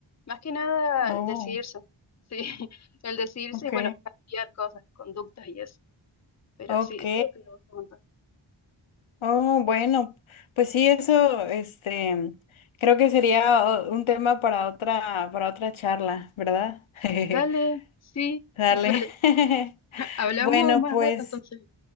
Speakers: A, on the left; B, on the left.
A: Más que nada
B: Oh,
A: el decidirse, sí, <laughs> el decidirse
B: ok.
A: y bueno, cambiar cosas, conductas y eso. Pero
B: Ok.
A: sí, es algo que me gusta un montón.
B: Oh, bueno, pues sí, eso, este, creo que sería o- un tema para otra, para otra charla, ¿verdad? <laughs>
A: Dale, sí,
B: Dale.
A: dale,
B: <laughs>
A: hablamos
B: Bueno,
A: más
B: pues
A: rato entonces.